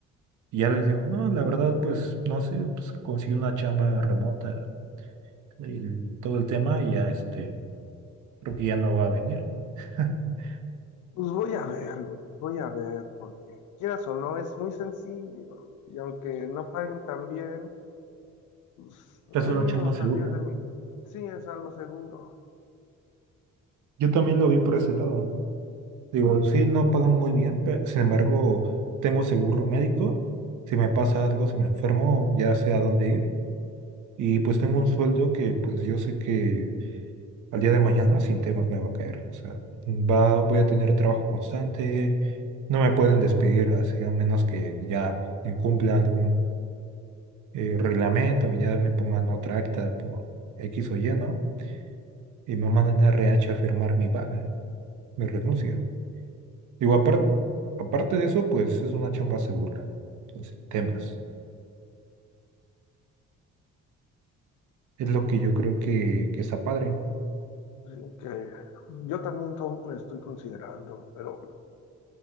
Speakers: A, on the right; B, on the left.
A: Y ya les digo, no, la verdad, pues, no sé, pues conseguí una chamba remota, el- todo el tema, y ya este, creo que ya no va a venir. <laughs>
B: Pues voy a ver, güey, voy a ver, porque quieras o no, es muy sencillo. Y aunque no paguen tan bien, pues
A: Es
B: es
A: una
B: mínimo
A: chamba
B: salir
A: segura.
B: de mi... Sí, es algo seguro.
A: Yo también lo vi por ese lado. ¿eh? Digo, sí, no pagan muy bien, pero sin embargo, tengo seguro médico. Si me pasa algo, si me enfermo, ya sé a dónde ir. Y pues tengo un sueldo que pues yo sé que al día de mañana sin temas me va a caer. O sea, va, voy a tener trabajo constante, no me pueden despedir así a menos que ya incumpla algún eh, reglamento, ya me pongan otra acta por X o Y, ¿no? Y me manden a RH a firmar mi baja, mi renuncia. Digo, aparte, aparte de eso, pues es una chamba segura. Entonces, sin temas. Es lo que yo creo que, que está padre.
B: Sí, que yo también tomo, estoy considerando, pero